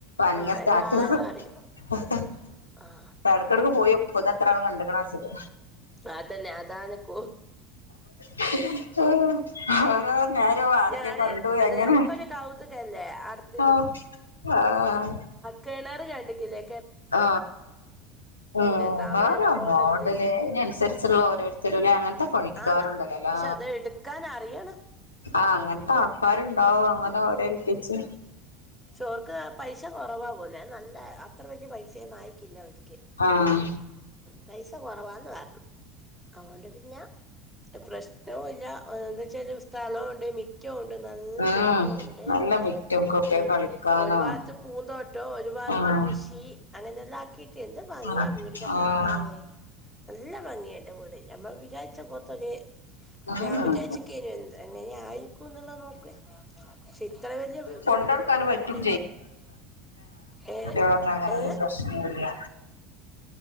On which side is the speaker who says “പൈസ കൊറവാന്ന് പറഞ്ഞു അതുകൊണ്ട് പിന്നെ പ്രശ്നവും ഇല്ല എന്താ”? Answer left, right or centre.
Centre